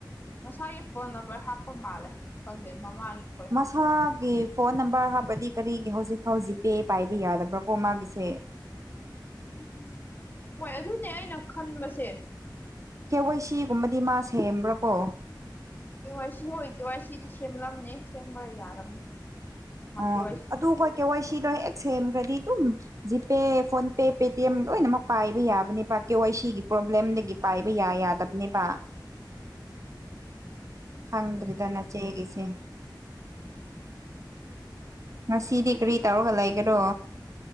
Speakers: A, on the left (about 25°); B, on the right (about 45°).
A: ꯃꯁꯥꯒꯤ ꯐꯣꯟ ꯅꯝꯕ꯭ꯔ ꯍꯥꯞꯄ ꯃꯥꯜꯂꯦ ꯈꯪꯗꯦ ꯃꯃꯥꯒꯤ ꯈꯣꯏ ꯍꯥꯞꯄ꯭ꯔꯥ
B: ꯃꯁꯥꯒꯤ ꯐꯣꯟ ꯅꯝꯕ꯭ꯔ ꯍꯥꯞꯄꯗꯤ ꯀꯔꯤꯒꯤ ꯍꯧꯖꯤꯛꯐꯥꯎ ꯖꯤꯄꯦ ꯄꯥꯏꯕ ꯌꯥꯗꯕ꯭ꯔꯀꯣ ꯃꯥꯒꯤꯁꯦ
A: ꯎꯝ ꯍꯣꯏ ꯑꯗꯨꯅꯦ ꯑꯩꯅ ꯈꯟꯕꯁꯦ
B: ꯀꯦꯋꯥꯏꯁꯤ ꯒꯨꯝꯕꯗꯤ ꯃꯥ ꯁꯦꯝꯕ꯭ꯔꯥꯀꯣ
A: ꯀꯦ ꯋꯥꯏꯁꯤ ꯍꯣꯏ ꯀꯦ ꯋꯥꯏꯁꯤꯗꯤ ꯁꯦꯝꯂꯝꯅꯤ ꯁꯦꯝꯕ ꯌꯥꯔꯝꯅꯤ ꯃꯥ
B: ꯑꯣ
A: ꯀꯦ ꯋꯥꯏ ꯁꯤ
B: ꯑꯗꯨ ꯈꯣꯏ ꯀꯦꯋꯥꯢꯁꯤ ꯁꯤꯗꯣ ꯍꯦꯛ ꯁꯦꯝꯈ꯭ꯔꯗꯤ ꯑꯗꯨꯝ ꯖꯤꯄꯦ ꯐꯣꯟ ꯄꯦ ꯄꯦ ꯇꯤ ꯌꯝ ꯂꯣꯏꯅꯃꯛ ꯄꯥꯏꯕ ꯌꯥꯕꯅꯦꯕ ꯀꯦ ꯋꯥꯢ ꯃꯁꯤꯒꯤ ꯄ꯭ꯔꯣꯕ꯭ꯂꯦꯝꯗꯒꯤ ꯄꯥꯏꯕ ꯌꯥ ꯌꯥꯗ꯭ꯕꯅꯦꯕ ꯈꯪꯗ꯭ꯔꯦꯗ
A: ꯎꯝ
B: ꯅꯆꯦꯒꯤꯁꯦ ꯉꯁꯤꯗꯤ ꯀꯔꯤ ꯇꯧꯔꯒ ꯂꯩꯒꯦꯔꯣ